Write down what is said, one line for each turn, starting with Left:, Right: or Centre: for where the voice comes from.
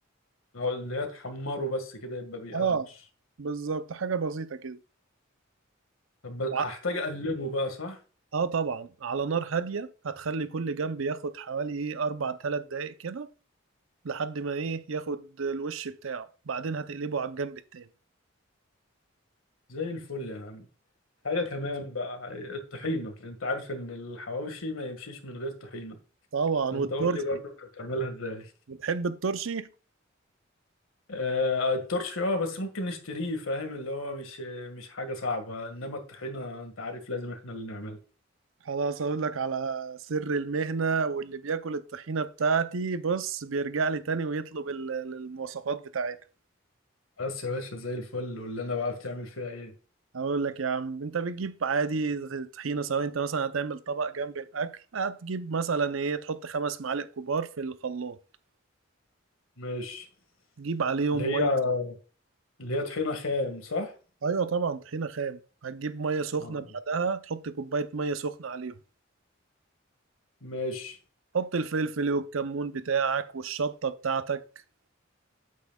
Left: اه اللي هي تحمره بس كده يبقى بيقرمش
Right: اه بالظبط حاجة بسيطة كده
Left: طب
Right: وع-
Left: هحتاج اقلبه بقى صح
Right: اه طبعا على نار هادية هتخلي كل جنب ياخد حوالي ايه اربع تلات دقايق كده لحد ما ايه ياخد الوش بتاعه بعدين هتقلبه على الجنب التاني
Left: زي الفل يا عم حاجة كمان بقى الطحينة انت عارف ان الحواوشي ما يمشيش من غير طحينة
Right: طبعا
Left: فانت
Right: والترشي
Left: قول لي برضه انت بتعملها ازاي
Right: بتحب الترشي
Left: آه الترش اه بس ممكن نشتريه فاهم اللي هو مش مش حاجة صعبة انما الطحينة انت عارف لازم احنا اللي نعملها
Right: خلاص اقول لك على سر المهنة واللي بياكل الطحينة بتاعتي بص بيرجع لي تاني ويطلب ال- ال- المواصفات بتاعتها
Left: بس يا باشا زي الفل واللي انا بقى بتعمل فيها ايه
Right: اقول لك يا عم انت بتجيب عادي طحينه سواء انت مثلا هتعمل طبق جنب الاكل هتجيب مثلا ايه تحط خمس معالق كبار في الخلاط
Left: ماشي
Right: تجيب عليهم
Left: اللي هي
Right: ميه
Left: اللي هي طحينة خام صح
Right: ايوه طبعا طحينه خام هتجيب ميه سخنه
Left: آه.
Right: بعدها تحط كوبايه ميه سخنه عليهم
Left: ماشي
Right: حط الفلفل والكمون بتاعك والشطه بتاعتك